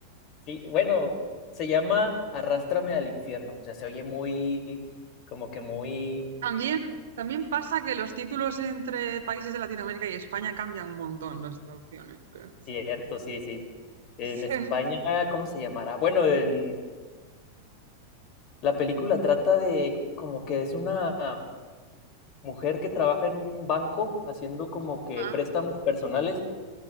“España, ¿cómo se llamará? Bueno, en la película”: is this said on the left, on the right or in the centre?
Left